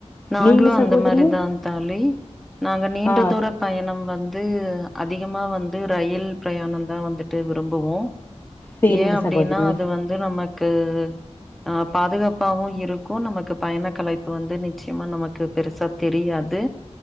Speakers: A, in the centre; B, on the left.
A: நாங்களு
B: நீங்க
A: அந்த
B: சகோதரி
A: மாரிதா தோழி, நாங்க நீண்ட
B: ஆ
A: தூர பயணம் வந்து அது அதிகமா வந்து ரயில் ப்ரயாணந்தா வந்துட்டு விரும்புவோ.
B: சேரிங்க
A: ஏ அப்டின்னா
B: சகோதரி
A: அது வந்து நம்ம க்கு ஆப் பாதுகாப்பாவு இருக்கும், நமக்கு பயணக் கலைப்பு வந்து நிச்சியமா நமக்கு பெருசா தெரியாது.